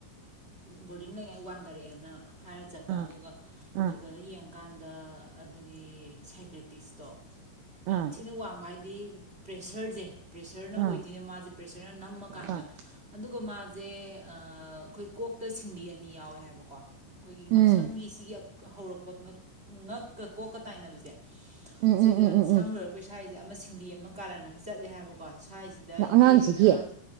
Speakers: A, on the right (about 30°); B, on the right (about 80°).
A: ꯕꯣꯔꯗꯤꯡ ꯂꯩꯉꯥꯏ ꯋꯥꯟꯗꯔꯛꯑꯦꯅ ꯍꯥꯏꯔ ꯆꯠꯄ
B: ꯑꯥ
A: ꯑꯗꯨꯒ
B: ꯑꯥ
A: ꯗꯣꯛꯇꯔꯗ ꯌꯦꯡꯉꯀꯥꯟꯗ ꯗ ꯑꯗꯨꯒꯤ ꯁꯥꯏ ꯇꯁꯇꯣ
B: ꯑꯥ
A: ꯌꯥꯝ ꯊꯤꯅ ꯋꯥꯡꯕ ꯍꯥꯏ ꯗꯤ ꯄ꯭ꯔꯦꯁꯔꯁꯦ ꯄ꯭ꯔꯦꯁꯔꯅ ꯑꯣꯏꯗꯣꯏꯅꯦ
B: ꯑꯥ
A: ꯃꯥꯁꯦ ꯄ꯭ꯔꯦꯁꯔꯅ ꯅꯝꯃꯀꯥꯟꯗ
B: ꯑꯥ
A: ꯑꯗꯨꯒ ꯃꯥ ꯖꯦ ꯑꯩꯈꯣꯏ ꯀꯣꯛꯇ ꯁꯤꯡꯂꯤ ꯑꯅꯤ ꯌꯥꯎꯋꯦ ꯍꯥꯏꯕꯀꯣ ꯑꯩꯈꯣꯏꯒꯤ
B: ꯎꯝ
A: ꯉꯛꯁꯝꯒꯤꯁꯤꯒꯤ ꯍꯧꯔꯛꯄ ꯉꯛꯀ ꯀꯣꯛꯀ ꯇꯥꯏꯅꯕꯁꯦ
B: ꯎꯝ ꯎꯝ
A: ꯁꯤꯗ
B: ꯎꯝ ꯎꯝ
A: ꯁꯝꯂꯨꯔꯒ ꯄꯩꯁꯥ ꯍꯥꯏꯁꯦ ꯁꯤꯗ ꯑꯃ ꯁꯤꯡꯂꯤ ꯑꯃ ꯀꯥꯔꯟ ꯑꯃ ꯆꯠꯂꯦ ꯍꯥꯏꯕꯀꯣ ꯁ꯭ꯋꯥꯏꯁꯤꯗ
B: ꯎꯝ
A: ꯌꯦꯠꯅ
B: ꯑꯉꯥꯡꯁꯤꯒꯤ